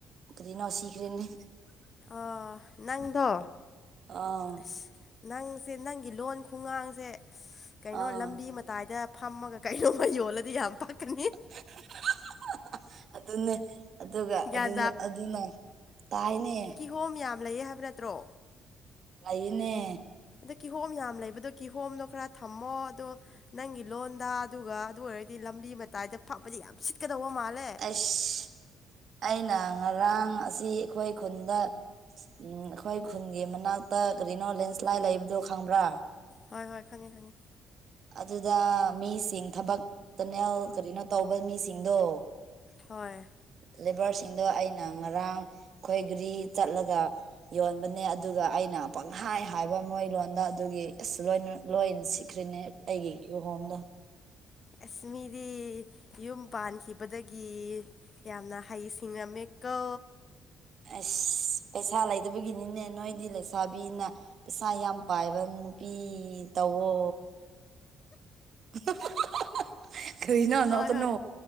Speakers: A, on the right (about 50°); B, on the left (about 40°).
A: ꯀꯔꯤꯅꯣ ꯁꯤꯈ꯭ꯔꯦꯅꯤ
B: ꯑꯣ ꯅꯪꯗꯣ
A: ꯑꯥ
B: ꯑꯁ ꯅꯪꯁꯦ ꯅꯪꯒꯤ ꯂꯣꯟ ꯈꯨꯡꯉꯥꯡꯁꯦ ꯀꯩꯅꯣ
A: ꯑꯥ
B: ꯂꯝꯕꯤ ꯃ ꯇꯥꯏꯗ ꯐꯝꯃꯒ ꯀꯩꯅꯣꯝꯃ ꯌꯣꯜꯂꯗꯤ ꯌꯥꯝ ꯄꯛꯀꯅꯤ
A: <unintelligible> ꯑꯗꯨꯅꯦ ꯑꯗꯨꯒ
B: ꯒ꯭ꯌꯥꯟ
A: ꯑꯗꯨꯅ ꯑꯗꯨꯅ ꯇꯥꯏꯅꯦ
B: ꯀꯤꯍ‌ꯣꯝ ꯌꯥꯝ ꯂꯩꯌꯦ ꯍꯥꯏꯕ ꯅꯠꯇ꯭ꯔꯣ
A: ꯑꯩꯏꯅꯦ
B: ꯑꯗ ꯀꯤꯍꯣꯝ ꯌꯥꯝ ꯂꯩꯕꯗꯣ ꯀꯤꯍꯣꯝꯗꯣ ꯈꯔ ꯊꯝꯃꯣ ꯑꯗꯣ ꯅꯪꯒꯤ ꯂꯣꯟꯗ ꯑꯗꯨꯒ ꯑꯗꯨ ꯑꯣꯏꯔꯗꯤ ꯂꯝꯕꯤ ꯃꯇꯥꯏꯗ ꯐꯝꯕꯗꯤ ꯌꯥꯝ ꯁꯤꯠꯀꯗꯧꯕ ꯃꯥꯜꯂꯦ
A: ꯑꯁ ꯑꯩꯅ ꯉꯔꯥꯡ ꯑꯁꯤ ꯑꯩꯈꯣꯏ ꯈꯨꯟꯗ ꯎꯝ ꯑꯩꯈꯣꯏ ꯈꯨꯟꯒꯤ ꯃꯅꯥꯛꯇ ꯀꯔꯤꯅꯣ ꯂꯦꯟꯁ꯭ꯂꯥꯏ ꯂꯩꯕꯗꯣ ꯈꯪꯕ꯭ꯔꯥ
B: ꯍꯣꯏ ꯍꯣꯏ ꯈꯪꯉ‌ꯦ ꯈꯪꯉ‌ꯦ
A: ꯑꯗꯨꯗ ꯃꯤꯁꯤꯡ ꯊꯕꯛ ꯀꯅꯦ ꯀꯔꯤꯅꯣ ꯇꯧꯕ ꯃꯤꯁꯤꯡꯗꯣ
B: ꯍꯣꯏ
A: ꯂꯦꯕꯔꯁꯤꯡꯗꯣ ꯑꯩꯅ ꯉꯔꯥꯡ ꯈꯣꯏꯒꯔꯤ ꯆꯠꯂꯒ ꯌꯣꯟꯕꯅꯦ ꯑꯗꯨꯒ ꯑꯩꯅ ꯄꯪꯍꯥꯏ ꯍꯥꯏꯕ ꯃꯣꯏ ꯂꯣꯟꯗ ꯑꯗꯨꯒꯤ ꯑꯁ ꯂꯣꯏꯅ ꯂꯣꯏꯅ ꯁꯤꯈ꯭ꯔꯤꯅꯦ ꯑꯩꯒꯤꯒꯤꯨ ꯍꯣꯝꯗ
B: ꯑꯦꯁꯃꯤꯗꯤ ꯌꯨꯝ ꯄꯥꯟꯈꯤꯕꯗꯒꯤ ꯌꯥꯝꯅ ꯍꯩ ꯁꯤꯡꯉꯝꯃꯦꯀꯣ
A: ꯑꯁ ꯄꯩꯁꯥ ꯂꯩꯇꯕꯒꯤꯅꯤꯅꯦ ꯅꯣꯏꯗꯤ ꯂꯩꯁꯥꯕꯤꯅ ꯄꯩꯁꯥ ꯌꯥꯝ ꯄꯥꯏꯕ ꯅꯨꯄꯤ ꯇꯧꯋꯣ <unintelligible> ꯀꯅ
B: ꯍꯣꯏ
A: ꯅꯣꯛ ꯀꯅꯣ
B: ꯍꯣꯏ